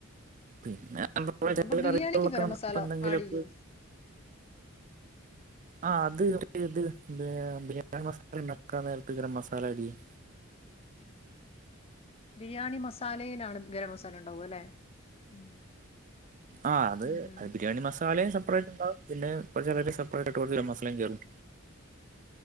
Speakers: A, on the right (about 40°); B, on the left (about 30°).
A: പിന്നെ <unintelligible>
B: ഉം, അപ്പൊ ബിരിയാണിക്ക് ഗരം മസാല
A: എന്തെങ്കിലും
B: ആഡ് ചെയ്യോ
A: ആഹ് അത് ഇത് ബിരിയാണി മസാല ഇണ്ടാക്കാൻ നേരത്ത് ഗരം മസാല ആഡ് ചെയ്യും.
B: ബിരിയാണി മസാലയിലാണ് ഗരം മസാല ഉണ്ടാവൊല്ലെ ഉം
A: ആഹ്
B: ഉം, ഉം.
A: അത് ബിരിയാണി മസാലയും സെപ്പറേറ്റ് ഇണ്ടാവും പിന്നെ ഒരു ചെറിയ സെപ്പറേറ്റ് <unintelligible> ഗരം മസാലയും കേറും.